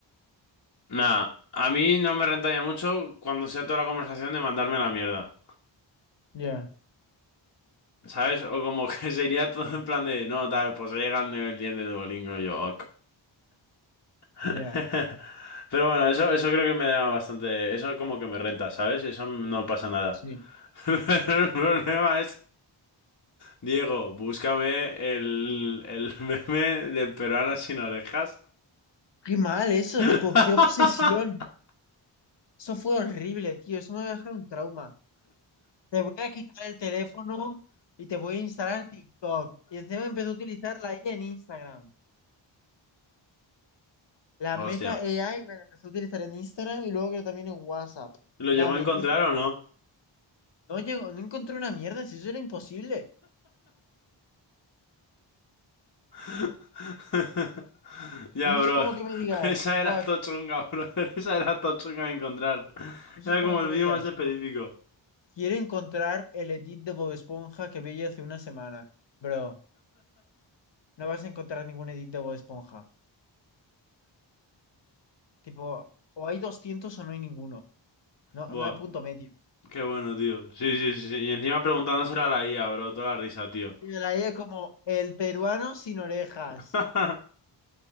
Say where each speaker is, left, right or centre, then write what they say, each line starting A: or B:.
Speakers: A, on the left (about 40°); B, on the left (about 65°).
A: Nada, a mí no me rentaría mucho cuando sea toda la conversación de mandarme a la mierda.
B: Ya,
A: ¿Sabes? O como que sería todo en plan de, no, tal, pues llega al nivel diez de Duolingo y yo, ok. <laughs>
B: ya,
A: Pero bueno, eso, eso creo que me da bastante, eso como que me renta, ¿sabes? Eso no pasa nada.
B: sí.
A: <laughs> Pero el problema es, Diego, búscame el, el <laughs> meme del peruano sin orejas.
B: Qué mal eso,
A: <laughs>
B: tipo, qué obsesión. Eso fue horrible, tío. Eso me va a dejar un trauma. Te voy a quitar el teléfono y te voy a instalar TikTok. Y encima empecé a utilizar la IA en Instagram. La
A: Hostia.
B: Meta AI me la empecé a utilizar en Instagram y luego que también en WhatsApp.
A: ¿Lo
B: Nada,
A: llegó
B: me
A: a encontrar
B: hizo-
A: o no?
B: No llegó, no encontré una mierda, si eso era imposible.
A: <laughs> Ya,
B: Eso
A: bro.
B: es como que me digas,
A: <laughs> Esa
B: buah,
A: era tochunga, bro. <laughs> Esa era tochunga de encontrar.
B: eso
A: Era
B: es como
A: como
B: que
A: el vídeo
B: me digas.
A: más específico.
B: Quiero encontrar el edit de Bob Esponja que vi hace una semana. Bro, no vas a encontrar ningún edit de Bob Esponja. Tipo, o hay 200 o no hay ninguno. No,
A: Buah,
B: no hay punto medio.
A: qué bueno, tío. Sí, sí, sí. sí. Y encima preguntándoselo a la IA, bro. Toda la risa, tío.
B: Tío, la idea como el peruano sin orejas.
A: <laughs>